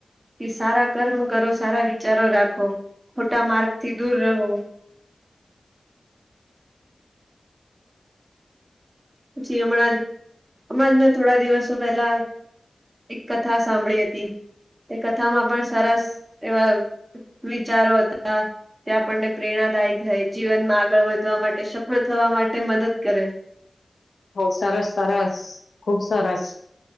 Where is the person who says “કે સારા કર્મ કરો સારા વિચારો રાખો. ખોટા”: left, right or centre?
Right